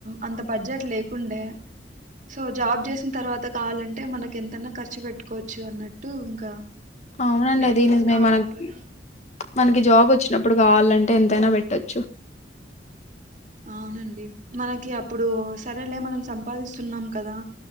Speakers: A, on the right (about 45°); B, on the left (about 40°).
A: అంత బడ్జెట్ లేకుండే సో జాబ్ చేస్ హ్మ్ తర్వాత కావాలంటే మనకి ఎంతన్న ఖర్చు పెట్టుకోవచ్చు అన్నట్టు ఇంకా
B: అవునండి
A: నేను
B: అది
A: కూడా
B: నిజమే
A: కామ్
B: మనకి
A: అయిపోయాను
B: మనకి జాబ్ వచ్చినప్పుడు కావాలంటే ఎంతైనా పెట్టచ్చు
A: అవునండి మనకి అప్పుడు సరేలే మనం సంపాదిస్తున్నాం కదా